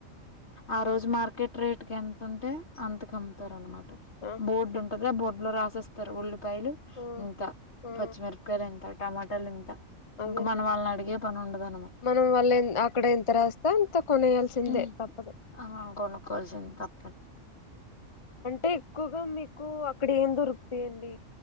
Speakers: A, on the left; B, on the left.
A: ఆ రోజు మార్కెట్ రేట్ క ఎంత ఉంటే అంతకు అమ్ముతారు అనమాట
B: ఆ
A: బోర్డు ఉంటది బోర్డు లో రాసేస్తారు ఒళ్ళ రూపాయలు
B: ఆ
A: ఇంత
B: ఆ
A: పచ్చిమిరపయలు ఎంత టమాటాలు ఇంత
B: అదేనండి
A: ఇంక మన వాళ్ళని అడిగే పని ఉండదా
B: మనం వాళ్ళ అక్కడ ఎంత రాస్తే అంత కొనేయాల్సిందే
A: హ్మ్
B: తప్పదు
A: అహ కొనుక్కోవాల్సింది తప్ప
B: అంటే ఎక్కువగా మీకు అక్కడ ఏం దొరుకుతాయండి